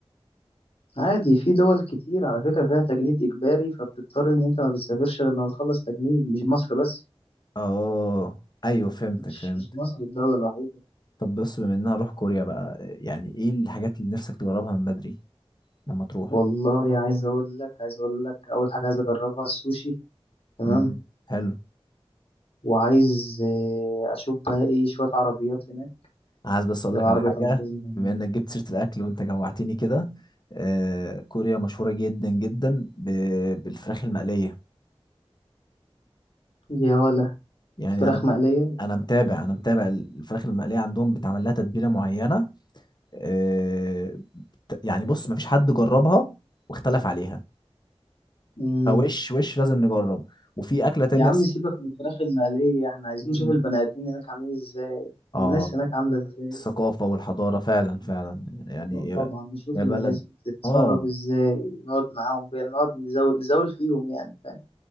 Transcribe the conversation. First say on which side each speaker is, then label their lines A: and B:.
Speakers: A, on the left; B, on the left.
A: عادي في دول كتير على فكره فيها تجنيد اجباري فبتضطر ان انت ما بتسافرش غير لما تخلص تجنيد مش مصر بس
B: اه ايوه فهمتك
A: مش
B: فهمت
A: مش مصر الدوله الوحيده
B: طب بص بما اننا هروح كوريا بقى يعني ايه الحاجات اللي نفسك تجربها من بدري لما تروح
A: والله عايز اقول لك عايز اقول لك اول حاجه عايز اجربها السوشي تمام
B: امم حلو
A: وعايز آه، اشوف بقى ايه شويه عربيات هناك
B: عايز بس اقول
A: العربيات
B: لك على حاجه
A: عندهم
B: بما انك جبت سيره الاكل وانت جوعتني كده آه كوريا مشهوره جدا جدا ب... بالفراخ المقليه
A: يا ولا
B: يعني
A: فراخ
B: انا
A: مقليه
B: انا متابع انا متابع الفراخ المقليه عندهم بتعمل لها تتبيله معينه آه، يعني بص مفيش حد جربها واختلف عليها
A: مم.
B: فوش وش لازم نجرب وفي أكلة تانية
A: يا عم
B: اس-
A: سيبك من الفراخ المقليه احنا عايزين
B: مم.
A: نشوف البني ادمين هناك عاملين ازاي
B: اه
A: الناس هناك عامله ازاي
B: الثقافة والحضارة فعلا فعلا يعني
A: آه،
B: يا
A: طبعا نشوف
B: يا
A: الناس
B: بلد
A: بتتصرف
B: اه
A: ازاي نقعد معاهم بقى نقعد نزول نزول فيهم يعني فاهم